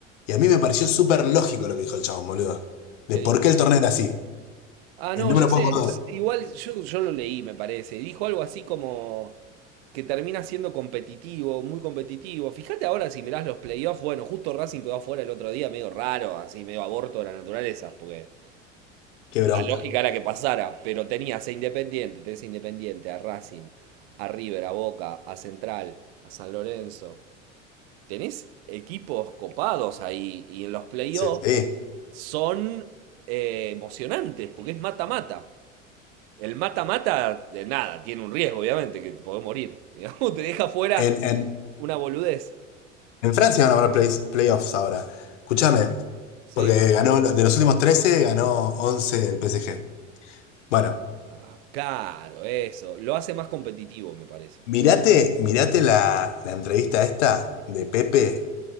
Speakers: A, on the left; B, on the right.
A: Y a mí me pareció súper lógico lo que dijo el chabón, boludo. De
B: ¿Qué
A: por qué el torneo era así.
B: Ah,
A: Eh,
B: no,
A: no
B: ya
A: me lo
B: sé,
A: puedo acordar.
B: s- igual yo, yo lo leí, me parece. Dijo algo así como que termina siendo competitivo, muy competitivo. Fíjate ahora si mirás los playoffs, bueno, justo Racing quedó afuera el otro día, medio raro, así, medio aborto de la naturaleza, porque
A: Qué bronca.
B: la lógica era que pasara, pero tenías a Independiente, tenés a Independiente, a Racing, a River, a Boca, a Central, a San Lorenzo. Tenés equipos copados ahí y en los playoffs
A: Sí.
B: son eh, emocionantes, porque es mata-mata. El mata-mata, de nada, tiene un riesgo, obviamente, que te podés morir. Digamos, <laughs> te deja fuera
A: En, en,
B: una boludez.
A: En Francia van a haber play- playoffs ahora. Escúchame,
B: Sí.
A: porque ganó, de los últimos 13 ganó 11 el PSG. Bueno,
B: Ah, claro, eso. Lo hace más competitivo, me parece.
A: mirate, mirate la, la entrevista esta de Pepe